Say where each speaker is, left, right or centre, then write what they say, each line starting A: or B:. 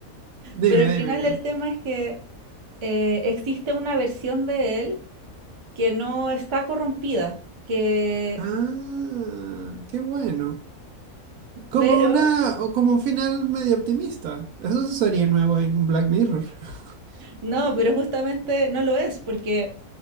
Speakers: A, on the right; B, on the right.
A: Dime,
B: pero al final
A: dime, dime.
B: el tema es que eh, existe una versión de él que no está corrompida, que,
A: Ah, qué bueno. Como
B: pero,
A: una, o como un final medio optimista. Eso sería nuevo en Black Mirror. <laughs>
B: no, pero justamente no lo es, porque